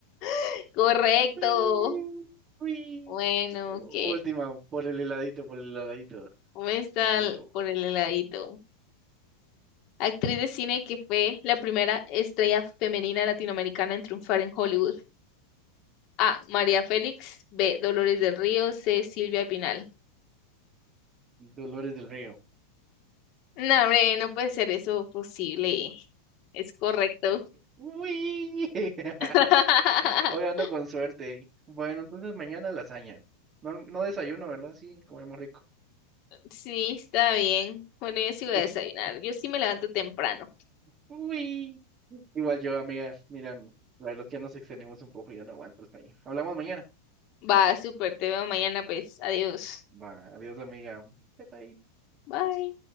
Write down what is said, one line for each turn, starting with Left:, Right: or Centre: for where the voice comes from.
Left: <laughs> Correcto.
Right: Uy. uy.
Left: Bueno,
Right: Última,
Left: ok.
Right: por el heladito, por el heladito.
Left: ¿Cómo está
Right: Heladito.
Left: el- por el heladito? Actriz de cine que fue la primera estrella femenina latinoamericana en triunfar en Hollywood. A. María Félix. B. Dolores del Río. C. Silvia Pinal.
Right: Dolores del Río.
Left: No, hombre, no puede ser eso posible. Es correcto.
Right: Uy. <laughs>
Left: <laughs>
Right: Hoy ando con suerte. Bueno, entonces mañana lasaña. No, no desayuno, ¿verdad? Sí, comemos rico.
Left: Sí, está bien. Bueno, yo sí voy
Right: <laughs>
Left: a desayunar. Yo sí me levanto temprano.
Right: Uy. Igual yo, amiga. Mira, la verdad es que ya nos extendimos un poco y ya no aguanto el sueño. Hablamos mañana.
Left: Va, súper, te veo mañana, pues. Adiós.
Right: Va, adiós, amiga. Bye, bye.
Left: Bye.